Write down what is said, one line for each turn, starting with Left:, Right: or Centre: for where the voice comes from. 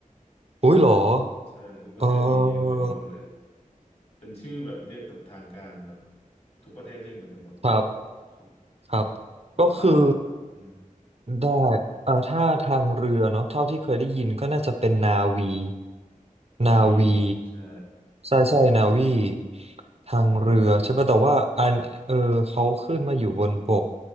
Right: อุ้ยเหรอ
Left: ใช่ทุกประเทศมีหน่วยนี้หมดเลย
Right: เออ
Left: เป็นชื่อแบบเรียกตามทางการแบบทุกประเทศเรียกเหมือนกันหมด
Right: ครับ
Left: ครับ
Right: ครับ
Left: โอซา
Right: ก็คือ
Left: อืม
Right: ได้เอ่อถ้าทางเรือเนาะเท่าที่เคยได้ยินก็น่าจะเป็นนาวี
Left: นาวี
Right: นาวี
Left: ใช่
Right: ใช่ใช่นาวีทางเรือใช่ป่ะแต่ว่าอันเออเขาขึ้นมาอยู่บนบก
Left: เนวี